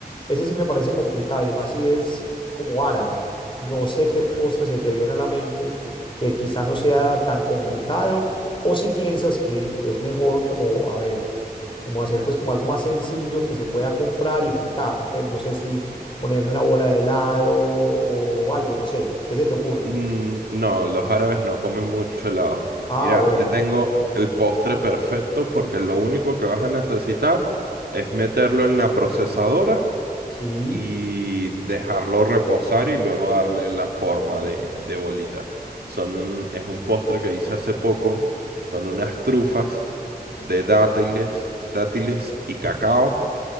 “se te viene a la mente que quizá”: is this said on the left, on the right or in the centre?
Left